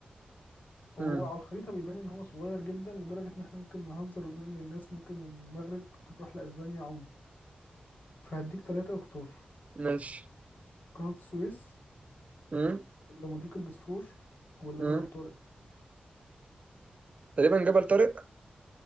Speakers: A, on the left (about 65°); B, on the right (about 45°).
A: وهو
B: امم
A: على الخريطة بيبان إن هو صغير جدا لدرجة إن إحنا ممكن نهزر ونقول إن الناس ممكن من المغرب تروح لأسبانيا عوم فهديك تلاتة واختار
B: ماشي
A: قناة السويس
B: امم
A: ولا مضيق البوسفور ولا
B: امم
A: جبل طارق
B: تقريبا جبل طارق